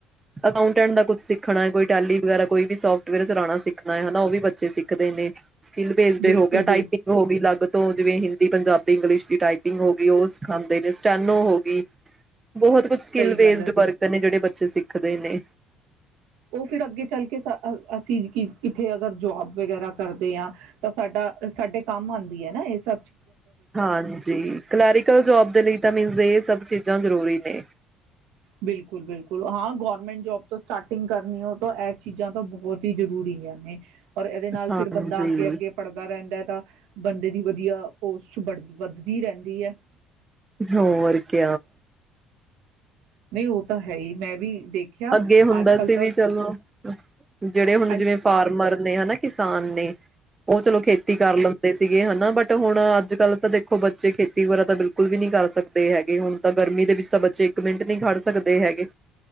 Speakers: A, on the right; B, on the right.
A: ਅਕਾਉਂਟੈਂਟ ਦਾ ਕੁੱਛ ਸਿੱਖਣਾ ਹੈ ਕੋਈ ਟੈਲੀ ਵਗੈਰਾ ਕੋਈ ਵੀ ਸੋਫਟਵੇਅਰ ਚਲਾਉਣਾ ਸਿੱਖਣਾ ਹੈ ਹਨਾ, ਉਹ ਵੀ ਬੱਚੇ ਸਿੱਖਦੇ ਨੇ, ਸਕਿਲ ਪੇਜਦੇ
B: ਬਿਲਕੁਲ
A: ਹੋ ਗਿਆ ਟਾਈਪਿੰਗ
B: ਬਿਲ
A: ਨੂੰ, ਉਹ ਵੀ ਅਲੱਗ ਤੋਂ ਜਿਵੇਂ ਹਿੰਦੀ, ਪੰਜਾਬੀ, ਇੰਗਲਿਸ਼ ਦੀ ਟਾਈਪਿੰਗ ਹੋ ਗਈ ਉਹ ਸਿਖਾਉਂਦੇ ਨੇ, ਸਟੈਨੋ ਹੋ ਗਈ। ਬਹੁਤ ਕੁਛ ਸਕਿਲ
B: ਸਹੀ ਗੱਲ
A: ਬੇਸਡ
B: ਹੈ।
A: ਵਰਕ ਨੇ ਜਿਹੜੇ ਬੱ ਸਿੱਖਦੇ ਨੇ।
B: ਉਹ ਫਿਰ ਅੱਗੇ ਚੱਲ ਕੇ ਅਸੀਂ ਕਿ ਕਿੱਥੇ ਅਗਰ ਜੋਬ ਵਗੈਰਾ ਕਰਦੇ ਹਾਂ ਤਾਂ ਸਾਡਾ ਸਾਡੇ ਕੰਮ ਆਉਂਦੀ ਹੈ ਨਾ ਇਹਭ
A: ਹਾਂਜੀ ਕਲੈਰੀਕਲ ਜੋਬ ਦੇ ਲਈ ਤਾਂ ਮੀਨ ਇਹ ਸਭ ਚੀਜ਼ਾਂ ਜ਼ਰੂਰੀ ਨੇ।
B: ਬਿਲਕੁਲ ਬਿਲਕੁਲ ਹਾਂ ਗਵੌਰਰਮੈਂਟ ਜੋਬ। ਸਟਾਰਟਿੰਗ ਕਰਨੀ ਹੋ ਤਾਂ ਐਡ। ਚੀਜ਼ਾਂ ਤਾਂ ਬਹੁਤ ਹੀ ਜ਼ਰੂਰੀ ਹੈ ਨੇ। ਔਰ ਇਹਦੇ ਨਾਲ
A: ਹਾਂਜੀ
B: ਫਿਰ ਬੰਦਾ ਅੱਗੇ ਅੱਗੇ ਪੜ੍ਹਦਾ ਰਹਿੰਦਾ ਹੈ। ਤਾਂ ਬੰਦੇ ਦੀ ਵਧੀਆ ਪੋਸਟ ਵ ਵੱਧਦੀ ਰਹਿੰਦੀ ਹੈ।
A: ਹੋਰ ਕ।
B: ਨਹੀਂ ਉਹ ਤਾਂ ਹੈ ਹੀ ਮੈਂ ਵੀ। ਦੇਖਿਆ
A: ਅੱਗੇ ਹੁੰਦਾ
B: ਅੱਜ ਕੱਲ੍ਹ
A: ਸੀ
B: ਤਾਂ
A: ਵੀ ਚਲੋ ਜਿਹੜੇ ਹੁਣ
B: ਹਾਂਜੀ ਹਾਂਜੀ ਫਾਰ ਮਰਦੇ ਹਨਾ ਕਿਸਾਨ ਨੇ ਹੂੰ ਹੂੰ ਹੂੰ ਉਹ ਚਲੋ ਖੇਤੀ ਕਰਨ ਲੱਗੇ ਸੀਗੇ ਹਨਾ ਬਟ ਅੱਜ ਕੱਲ੍ਹ ਤਾਂ ਦੇਖੋ ਬੱਚੇ ਖੇਤੀ ਕਰਨ ਦਾ ਬਿਲਕੁਲ ਵੀ ਨਹੀਂ ਕਰ ਸਕਦੇ ਹੈਗੇ ਤਾਂ ਗਰਮੀ ਦੇ ਵਿੱਚ
A: ਜਿਵੇਂ ਫਾਰਮਰ ਨੇ ਹਨਾ ਕਿਸਾਨ ਨੇ ਉਹ ਚਲੋ ਖੇਤੀ ਕਰ ਲੈਂਦੇ ਸੀਗੇ ਹਨਾ ਬਟ। ਹੁਣ ਅੱਜ ਕੱਲ ਤਾਂ ਦੇਖੋ ਬੱਚੇ ਖੇਤੀ ਵਗੈਰਾ ਤਾਂ ਬਿਲਕੁਲ ਵੀ ਨਹੀਂੀ ਕਰ ਸਕਦੇ ਹੈਗੇ ਹੁਣ ਤਾਂ ਗਰਮੀ ਦੇ ਵਿੱਚ ਤਾਂ ਬੱਚੇ ਇੱਕ ਮਿੰਟ ਨਹੀਂੀ ਖੜ ਸਕਦੇ ਹੈਗੇ।